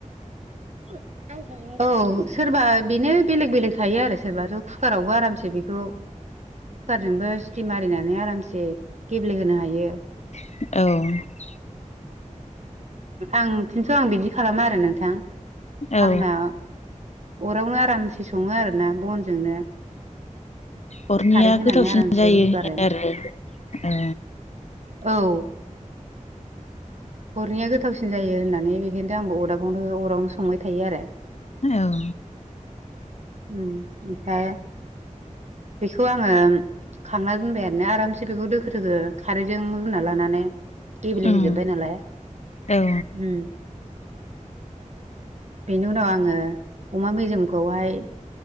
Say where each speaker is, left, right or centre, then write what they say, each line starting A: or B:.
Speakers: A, on the right; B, on the left.
A: <unintelligible> औ सोरबा बेनो बेलेग बेलेग थायो आरो सोरबाथ' कुकारावबो आरामसे बेखौ कुकारजोंबो सिटि मारिनानै आरामसे गेब्लेहोनो हायो।
B: औ
A: आं थिनस' आं बिदि खालामा आरो नोंथां।
B: औ
A: आंना अरावनो आरामसे सङो आरो ना बनजोंनो
B: हरनिया
A: खारै होनानै
B: गोथावसिन
A: आरामसे
B: जायो
A: रुगारो
B: होन आरो औ
A: औ अरनिया गोथावसिन जायो होननानै बेखायथ' आंबो अदाबावनो अरावनो संबाय थायो आरो।
B: औ औ
A: उम ओमफ्राय बेखौ आङो खांना दोनबाय आरोना आरामसे बेखौ दोखो दोखो खारैजों रुना लानानै गेब्लेहैजोब्बाय
B: उम
A: नालाय
B: औ
A: उम बेनि उनाव आङो अमा मेजेमखौहाय